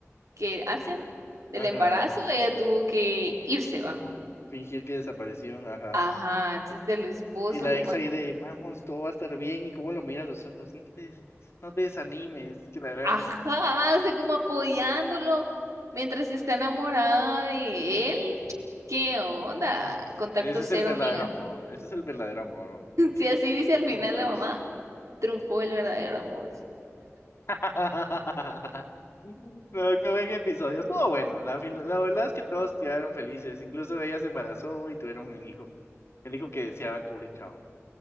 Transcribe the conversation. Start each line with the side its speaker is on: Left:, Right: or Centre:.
Right: que hacen del
Left: ajá.
Right: embarazo, ella tuvo que irse, va.
Left: Fingir que desapareció, ajá.
Right: Ajá, entonces del esposo,
Left: Y la
Right: lo-
Left: ex
Right: bueno,
Left: ahí de, vamos, todo va a estar bien. ¿Y cómo lo mira a los ojos? No te, des- no te desanimes, que la harán.
Right: ajá, o sea, como apoyándolo mientras está enamorada de él. ¿Qué onda?
Left: Mm.
Right: Contacto
Left: Ese
Right: cero,
Left: es el verdadero
Right: amiga.
Left: amor, ese es el verdadero amor,
Right: <laughs>
Left: bro. ¿Eso qué?
Right: Si así dice
Left: No,
Right: al
Left: Tú
Right: final
Left: no sabes.
Right: la mamá, triunfó el verdadero amor.
Left: <laughs> No, qué buen episodio. Estuvo bueno. La, fin- la verdad es que todos quedaron felices. Incluso ella se embarazó y tuvieron un hijo. El hijo que deseaba el pobre chavo.